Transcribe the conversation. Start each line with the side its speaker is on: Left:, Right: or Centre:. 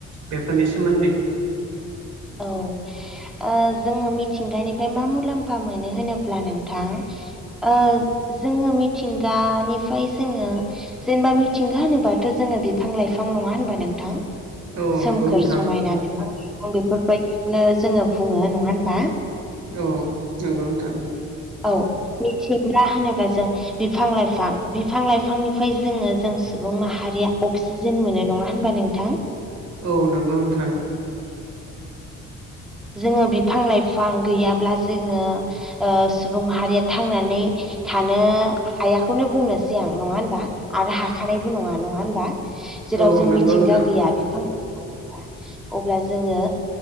Right: बेफोरनि सोमोन्दै
Centre: औ ओ जोङो मिथिंगानिफ्राय मा मुलाम्फा मोनो होनोब्ला नोंथां ओ जोङो मिथिंगानिफ्राय जोङो जेनेबा मिथिंगा होनोबाथ' जोङो बिफां लाइफां नङा होनबा नोंथां
Right: औ
Centre: सोमखोर
Right: नंगौ नोंथां
Centre: समायना बिफां लाइफां बेफोरबायदि नो जोङो बुङो नङा होमबा
Right: औ नंगौ नोंथां
Centre: औ मिथिंगा होनोब्ला जों बिफां लाइफां बिफां लाइफांनिफ्राय जोङो जों सुबुं माहारिया अक्सि अक्सिजेन मोनो नङा होनबा नोंथां।
Right: औ नंगौ नोंथां।
Centre: जोङो बिफां लाइफां गैयाब्ला जोङो ओ सुबुं माहारिया थांनानै थानो हायाखौनो बुंनोसै आं नङा होमबा। आरो हाखानायबो नङा नङा होमबा। जेराव
Right: औ
Centre: जों
Right: नंगौ
Centre: मिथिंगा
Right: नोंथां
Centre: गैया बिफां लाइफां गैया अब्ला जोङो